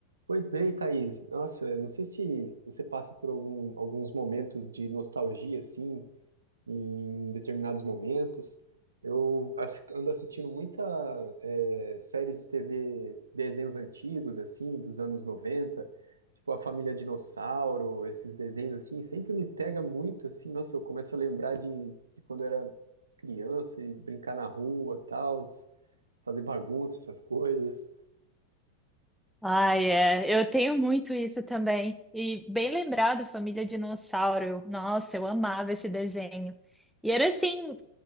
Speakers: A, on the right; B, in the centre.
A: Pois bem, Thaís. Nossa, eu não sei se você passa por algum, alguns momentos de nostalgia, assim, em determinados momentos. Eu assi- ando assistindo muita é, séries de TV, desenhos antigos, assim, dos anos 90, tipo A Família Dinossauro, esses desenhos, assim, sempre me pega muito, assim, nossa, eu começo a lembrar de, de quando eu era criança e brincar na rua, tals, fazer bagunça, essas coisas.
B: Ai, é. Eu tenho muito isso também. E bem lembrado, Família Dinossauro. Nossa, eu amava esse desenho. E era assim,